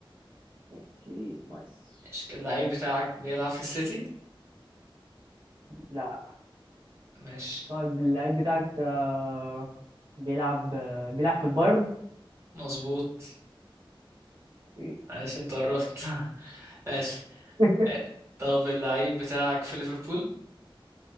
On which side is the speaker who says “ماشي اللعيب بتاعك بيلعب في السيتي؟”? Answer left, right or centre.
Right